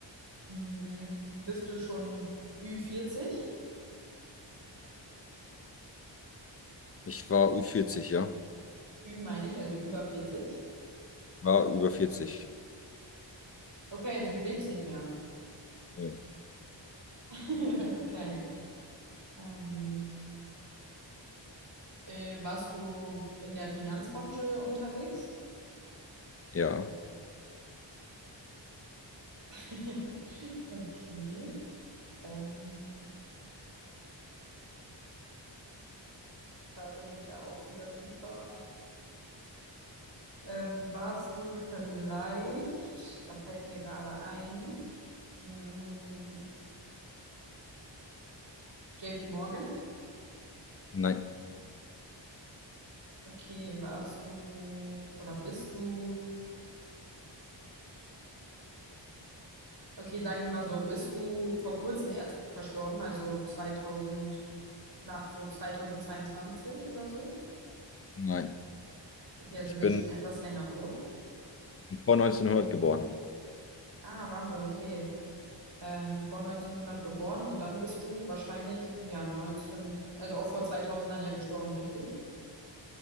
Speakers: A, on the right; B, on the left.
A: Hm, bist du schon Ü40?
B: Ich war über vierzig, ja.
A: Ü meine ich, also über 40.
B: War über 40.
A: Okay, also du lebst nicht mehr.
B: Ja.
A: <laughs> Okay. Ähm, äh, warst du in der Finanzbranche unterwegs?
B: Ja.
A: <laughs> Okay. Ähm, da bin ich ja auch wieder super. Ähm, warst du vielleicht, da fällt mir gerade ein, hm, JP Morgan?
B: Nein,
A: Okay, warst du oder bist du, okay, sagen wir mal so, bist du vor kurzem erst verstorben, also 2000, nach so 2022 oder so?
B: nein.
A: Okay, also
B: Ich
A: du bist
B: bin
A: schon etwas länger tot.
B: vor neunzehnhundert geboren.
A: Ah, Wahnsinn, okay. Ähm, vor 1900 geboren und dann bist du wahrscheinlich, ja, 19, also auch vor 2000 dann ja gestorben, richtig?